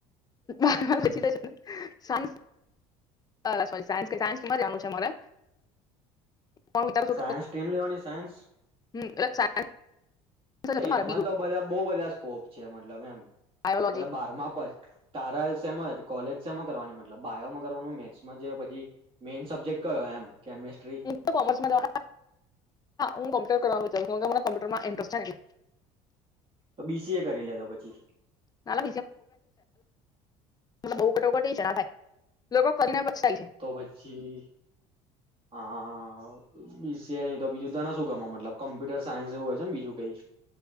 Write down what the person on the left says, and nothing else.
બાર બી જ છેને સા હ સોરી સાયન્સ સાયન્સમાં જવાનું છે મારે. પણ વિચારું છું
કે
<unintelligible> હતું
મારે બી ગ્રુપ
બાયોલોજી
હું કોમર્સમાં હું કોમ્પ્યુટર કરવા નુ. કે મને ક્પ્યુટરમાં ઇન્ટરેસ્ટ છે એટલે.
ના <inaudible> બો કટોકટી છે ના થાય લોકો કરીને પછતાય છે